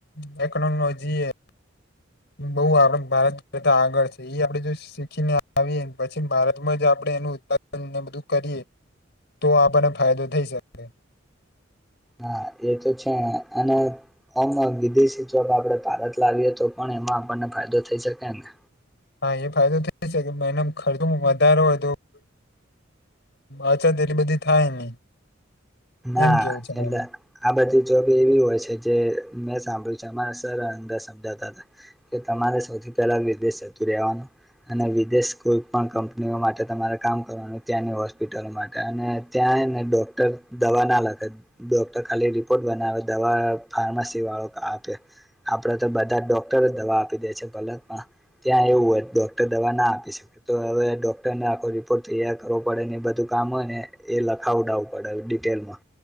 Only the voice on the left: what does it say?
ટેકનોલોજી એ બહુ આપ ભારત કરતા આગળ છે એ આપણે જો શીખીને આવીએ પછી ભારતમાં જ આપણે એનું ઉત્પાદનને બધું કરીએ, તો આપણને ફાયદો થઈ શકે.
હા એ ફાયદો થઈ જ કે એના ખર્ચો વધારો હોય તો અછત એટલી બધી થાય નહી.
એમ કેવું છે મારું.